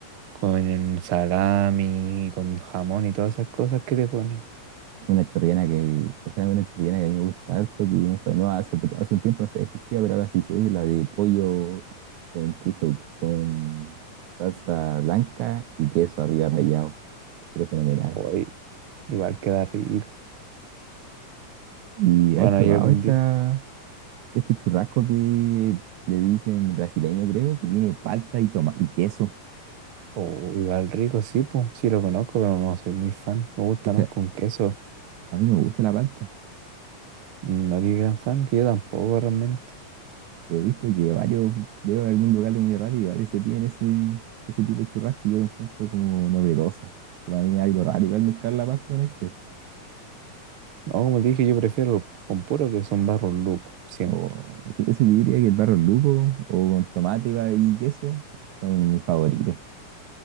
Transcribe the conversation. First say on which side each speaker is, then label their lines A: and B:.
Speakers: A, on the right (about 55°); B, on the right (about 75°).
A: con salami, con jamón y todas esas cosas que le ponen.
B: Una chorrillana que, o sea, una chorrillana que a mí me gusta harto, que no sé, no hace, hace un tiempo no sé, existía, pero ahora sí sé, la de pollo con queso, con salsa blanca y queso arriba rallado. Es fenomenal.
A: Oye, Igual queda rico.
B: ¿Y
A: Bueno,
B: has probado
A: y algún
B: esta,
A: día.
B: este churrasco que le dicen brasileño, creo, que tiene palta y toma y queso?
A: Oh, igual rico, sí, pues, sí lo conozco, pero no soy muy fan. Me gusta
B: Es que
A: más con queso.
B: a mí no me gusta la palta.
A: No eres gran fan, que yo tampoco realmente.
B: Pero he visto que varios, veo en algún lugar de comida rápida y varios se piden ese, ese tipo de churrasco y yo lo encuentro como novedoso. Para mí es algo raro, igual mezclar la pasta con el queso.
A: No, como te dije, yo prefiero con puro que son barros locos, siempre.
B: O sí, eso te diría que el barro luco o con tomate y ba- y queso son mis favoritos.